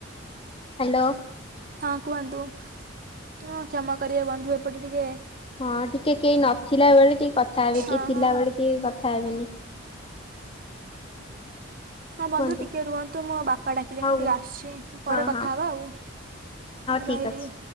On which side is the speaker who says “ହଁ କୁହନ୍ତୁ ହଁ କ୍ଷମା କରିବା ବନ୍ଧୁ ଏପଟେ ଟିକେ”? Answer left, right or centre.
Right